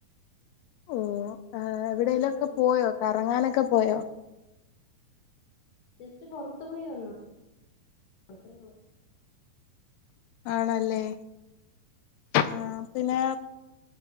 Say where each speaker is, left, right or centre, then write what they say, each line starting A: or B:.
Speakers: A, on the left (about 80°); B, on the left (about 65°).
A: ഓ ആ എവിടേലുമൊക്കെ
B: പോയി വന്നു
A: പോയോ കറങ്ങാനൊക്കെ പോയോ
B: ജസ്റ്റ് പൊറത്തു പോയി വന്നു അത്രേയുള്ളു
A: ആണല്ലേ ആ പിന്നെ